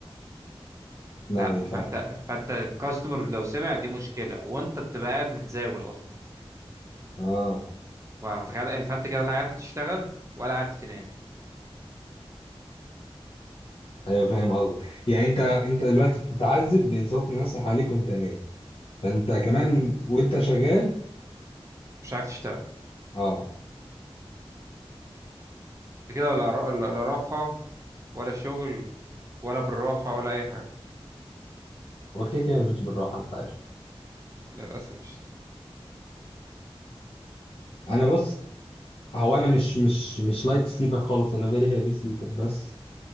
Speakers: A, on the left; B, on the right.
A: لا
B: لا
A: ما ينفعش
B: فانت فانت الكاستمر لو سمع دي مشكله وانت بتبقى قاعد متزاول اصلا
A: اه
B: فتخيل فانت كده لا عارف تشتغل ولا عارف تنام
A: ايوه فاهم قصدك يعني انت انت دلوقتي بتتعذب من صوت الناس اللي حواليك وانت نايم فانت كمان
B: مم.
A: وانت شغال
B: مش عارف تشتغل
A: اه
B: انت كده لا را- لا لا راحة ولا شغل ولا بالراحة ولا أي حاجة
A: اوكي كده ما فيش بالراحه انت عارف
B: للأسف الشديد
A: انا بص هو انا مش مش مش لايت سليبر خالص انا فيري هيفي سليبر بس